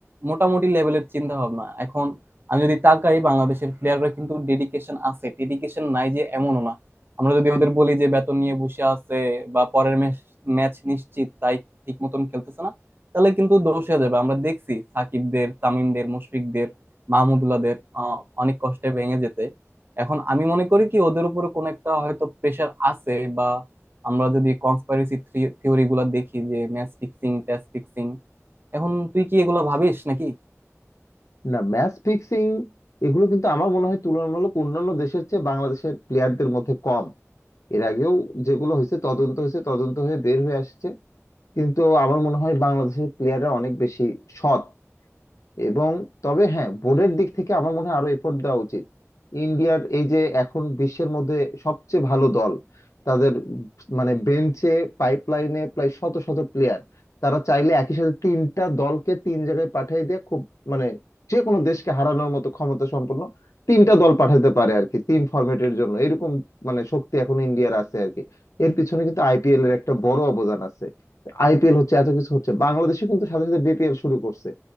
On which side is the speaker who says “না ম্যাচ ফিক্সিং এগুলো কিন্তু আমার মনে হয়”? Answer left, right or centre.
Left